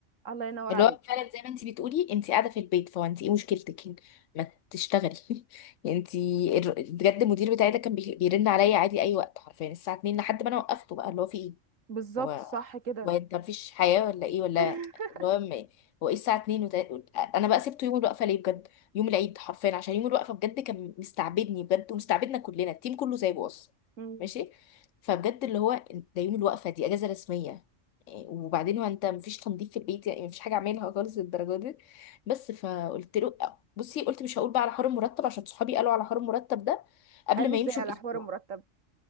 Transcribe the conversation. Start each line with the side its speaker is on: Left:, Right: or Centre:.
Right: الله ينور
Left: اللي
Right: عليك
Left: هو فعلا زي ما انت بتقولي انت قاعده في البيت فانت ايه مشكلتك ما تشتغلي <laughs> انت بجد المدير بتاعي ده كان بي- بيرن عليا عادي اي وقت حرفيا الساعه 2 لحد ما انا وقفته بقى اللي هو في ايه
Right: بالظبط
Left: هو
Right: صح كده
Left: هو انت مفيش حياة ولا ايه ولا
Right: <laughs>
Left: اللي هو م- هو ايه الساعة 2 وت... انا بقى سبته يوم الوقفة ليه بجد يوم العيد حرفيا عشان يوم الوقفة بجد كان مستعبدني بجد ومستعبدنا كلنا التيم كله سايبه اصلا
Right: مم.
Left: ماشي فبجد اللي هو ده يوم الوقفة دي اجازة رسمية إيه، وبعدين هو انت مفيش تنظيف في البيت يعني مفيش حاجة اعملها خالص للدرجة دي بس فقلت له بصي قلت مش هقول بقى على حوار المرتب عشان صحابي قالوا على حوار المرتب ده قبل
Right: قالوا
Left: ما
Right: ازاي
Left: يمشوا
Right: على
Left: باسبوع
Right: حوار المرتب